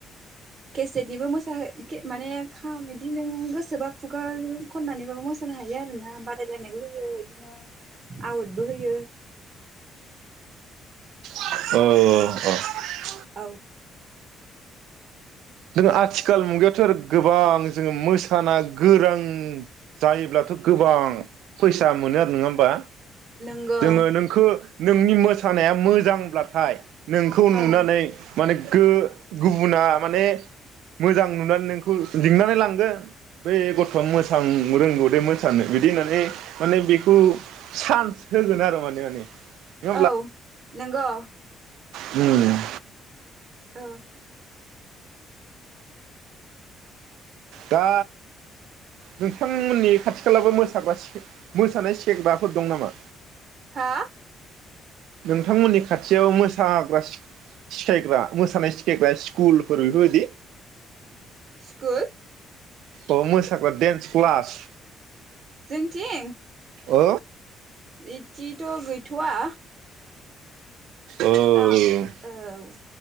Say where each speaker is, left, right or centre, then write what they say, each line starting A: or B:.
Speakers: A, on the right; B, on the right.
A: केसेटनिबो मोसाहो माने खाम इदि नों गोसोबा खुगों खननानैबाबो मोसानो हायो आरोना बादायलायनायबो होयो बिदिनो आवटबो होयो।
B: औ औ अ
A: औ
B: जों आथिखाल मुगायावथ' गोबां जोङो मोसाना गोरां जायोब्लाथ' गोबां। फैसा मोनो आर नोङा होमबा
A: नोंगौ
B: जोङो नोंखो नोंनि मोसानाया मोजांब्लाथाय नोंखौ
A: औ
B: नुनानै माने गो गुबुना माने मोजां नुनानै नोंखौ लिंनानै लांगोन बै गथ'आ मोसां रोंगौ दै मोसानो बिदि होननानै माने बेखौ सान्स होगोन आरो माने माने नङा
A: औ नोंगौ।
B: हम
A: औ
B: दा नोंथांमोननि खाथि खालाबो मोसानाय से मोसानाय सिखायग्राफोर दं नामा?
A: हा
B: नोंथांमोननि खाथियाव मोसाग्रा सि सिखायग्रा मोसानाय सिखायग्रा स्कुलफोर बेफोरबायदि
A: स्कुल
B: अ मोसाग्रा देन्स क्लास
A: जोंथिं?
B: अ
A: इदिथ' गैथ'वा‌।
B: औ
A: दा औ